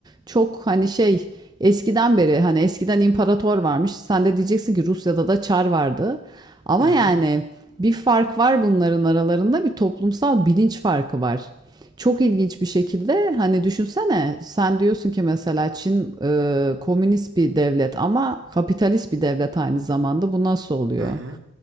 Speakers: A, on the right; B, on the right.
A: çok hani şey eskiden beri hani eskiden imparator varmış. Sen de diyeceksin ki Rusya'da da çar vardı. Ama
B: Hı hı.
A: yani bir fark var bunların aralarında bir toplumsal bilinç farkı var. Çok ilginç bir şekilde hani düşünsene sen diyorsun ki mesela Çin e, komünist bir devlet ama kapitalist bir devlet aynı zamanda bu nasıl oluyor?
B: Hı hı.